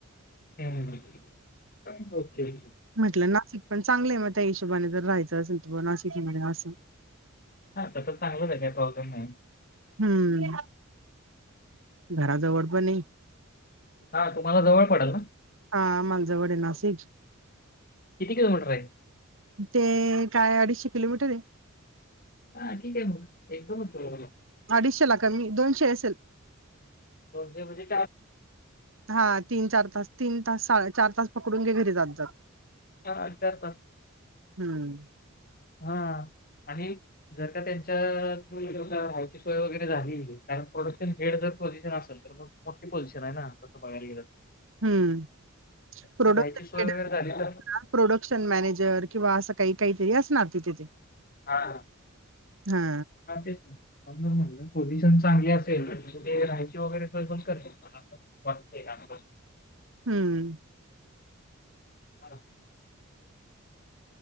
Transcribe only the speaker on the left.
ह ओके <unintelligible>
हा त्यास चांगलंच आहे काही प्रॉब्लेम नाही.
हा तुम्हाला जवळ पडेल ना.
किती किलोमीटर आहे?
हा ठीक का आहे म एकदम तो
दोनशे म्हजे
दहा हजार पास.
हा आणि. जर का त्यांच्या थ्रू का राहायची सोय वगैरे झाली कारण प्रोडक्शन हेड जर पोझिशन असेल तर. मोठी पोझिशन आहे ना तस बगायला गेलं.
जर राहायची
सोय वगैरे झाली तर
हां ह.
ह तेच ना, म्हणून च म्हणलं, पोझिशन चांगली असेल, कुठे राहायची वगैरे सोय पण करतील मला. म <unintelligible>
ह <inaudible>